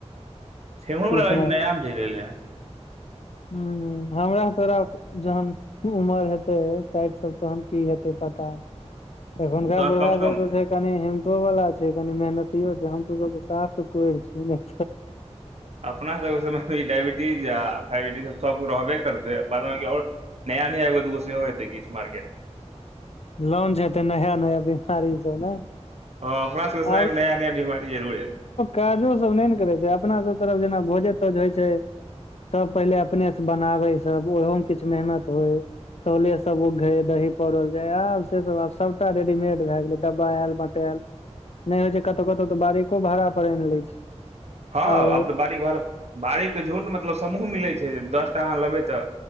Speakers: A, on the right (about 65°); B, on the left (about 65°).
A: <unintelligible>
B: समय
A: नयामे चलै एलै हन
B: हुॅं हुॅं हमरा तोरा जहन उमर हेतै साठि साल तहन की हेतै पता एखननका
A: तहन
B: बुरभा
A: कम से
B: सब
A: कम
B: तऽ छै कनि हिमतो वालला छै कनि मेहनतियो छै हमो साफ कोरि छियै ने
A: अपना सबके समयमे डायइबिटीज या फइबिटीज सबक रहबे करतै बाद बी आओर नया नया आबैऽ सेहो एतै किु मार्केट मे
B: लॉन्च हेतै नया नया बीमारी सब ने
A: <unintelligible>
B: <unintelligible>
A: नया नया बीमारी जरूर एतै
B: काजो सब नहि ने करे छै अपना सब तरफ जेना भोजे तोज होइ छै सब पहिले अपने से बनाबे सब ओहो मे किछु मेहनत होइ तटौले सब उघे दही पौल जाय आब से सब आब सबटा रेडीमेड भए गेलैडब्बा आयल बटाएल नहि होइ छै कतहु कतहु तऽ बारीको भाड़ा पर आनि ले छै
A: हँ
B: आओर
A: आब तऽ बारिक भार बारिक झूड मतलब समूह मिलै छै दस टा अहाँ लेबै तऽ